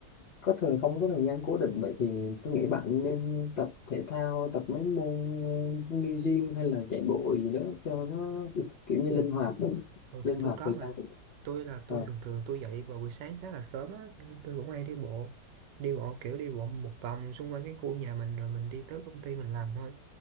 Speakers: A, on the left; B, on the right.
A: có thời không có thời gian cố định vậy thì tôi nghĩ bạn nên tập thể thao tập mấy môn ờ, như gym hay là chạy bộ gì đó cho nó kiểu như linh hoạt đó.
B: Ừ,
A: linh
B: thì
A: hoạt
B: tôi có
A: thời
B: mà
A: gian của mình
B: tôi là
A: Ờ,
B: tôi thường thường tôi dậy vào buổi sáng khá là sớm á cho nên tôi cũng hay đi bộ đi bộ kiểu đi bộ một vòng xung quanh cái khu nhà mình rồi mình đi tới công ty mình làm thôi